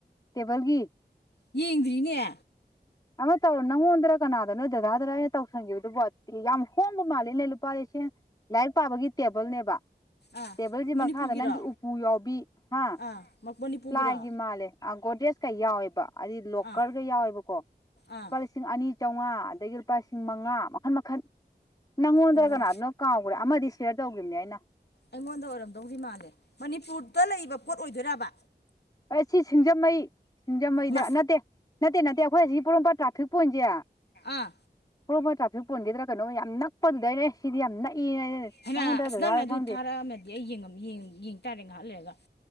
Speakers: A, on the left; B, on the left.
A: ꯇꯦꯕꯜꯒꯤ
B: ꯌꯦꯡꯗ꯭ꯔꯤꯅꯦ
A: ꯑꯃ ꯇꯧꯔꯣ ꯅꯪꯉꯣꯟꯗꯔꯥ ꯀꯅꯥꯗꯅꯣ ꯗꯗꯥꯥꯗꯔꯥ ꯑꯩꯅ ꯇꯧꯁꯟꯒꯤꯕꯗꯨꯕꯣ ꯌꯥꯝ ꯍꯣꯡꯕ ꯃꯥꯂꯦꯅꯦ ꯂꯨꯄꯥ ꯂꯤꯁꯤꯡ ꯂꯥꯏꯔꯤꯛ ꯄꯥꯕꯒꯤ ꯇꯦꯕꯜꯅꯦꯕ
B: ꯑꯥ
A: ꯇꯦꯕꯜꯖꯤ
B: ꯃꯅꯤꯄꯨꯔꯒꯤꯔꯣ
A: ꯃꯈꯥꯗ ꯅꯪꯒꯤ ꯎꯄꯨ ꯌꯥꯎꯕꯤ ꯍꯥ
B: ꯑꯥ ꯃꯅꯤꯄꯨꯔꯒꯤꯔꯣ
A: ꯄ꯭ꯂꯥꯏꯒꯤ ꯃꯥꯜꯂꯦ ꯑ ꯒꯣꯗ꯭ꯔꯦꯖꯀ ꯌꯥꯎꯋꯦꯕ ꯍꯥꯏꯗꯤ ꯂꯣꯛꯀꯔꯒ
B: ꯑꯥ
A: ꯌꯥꯎꯋꯦꯕꯀꯣ
B: ꯑꯥ
A: ꯂꯨꯄꯥ ꯂꯤꯁꯤꯡ ꯑꯅꯤ ꯆꯥꯝꯃꯉꯥ ꯑꯗꯒꯤ ꯂꯨꯄꯥ ꯂꯤꯁꯤꯡ ꯃꯉꯥ ꯃꯈꯟ ꯃꯈꯟ ꯅꯪꯉꯣꯟꯗꯔꯥ
B: ꯑꯣ
A: ꯀꯅꯥꯗꯅꯣ ꯀꯥꯎꯒ꯭ꯔꯦ ꯑꯃꯗꯤ ꯁꯤꯌꯥꯔ ꯇꯧꯈꯤꯕꯅꯦ ꯑꯩꯅ
B: ꯑꯩꯉꯣꯟꯗ ꯑꯣꯏꯔꯝꯗꯧꯗꯤ ꯃꯥꯜꯂꯦ ꯃꯅꯤꯄꯨꯔꯗ ꯂꯩꯕ ꯄꯣꯠ ꯑꯣꯏꯗꯣꯏꯔꯕꯥ
A: ꯑꯩ ꯁꯤ ꯁꯤꯡꯖꯥꯃꯩ ꯁꯤꯡꯖꯥꯃꯩꯗ
B: ꯃꯥ
A: ꯅꯠꯇꯦ ꯅꯠꯇꯦ ꯅꯠꯇꯦ ꯑꯩꯈꯣꯏ ꯑꯁꯤ ꯄꯣꯔꯣꯝꯄꯥꯠ ꯇ꯭ꯔꯥꯐꯤꯛ ꯄꯣꯏꯟꯁꯦ
B: ꯑꯥ
A: ꯄꯣꯔꯣꯝꯄꯥꯠ ꯇ꯭ꯔꯥꯐꯤꯛ ꯄꯣꯏꯟꯗꯒꯤꯗꯔꯥ ꯀꯩꯅꯣ ꯌꯥꯝ ꯅꯛꯄꯗꯨꯗꯥꯅꯦ ꯁꯤꯗꯤ ꯌꯥꯝ ꯅꯛꯏꯅ ꯑꯩꯅꯥ
B: ꯍꯩꯃꯥ
A: ꯅꯪꯉꯣꯟꯗꯔꯥ
B: ꯑꯁ
A: ꯗꯗꯥꯥꯗꯔꯥ
B: ꯅꯪꯅ ꯑꯗꯨ
A: ꯈꯪꯗꯦ
B: ꯊꯥꯔꯛꯑꯝꯃꯗꯤ ꯑꯩ ꯌꯦꯡꯉꯃꯤ ꯌꯦꯡ ꯇꯥꯔꯦ ꯉꯥꯏꯍꯥꯛ ꯂꯩꯔꯒ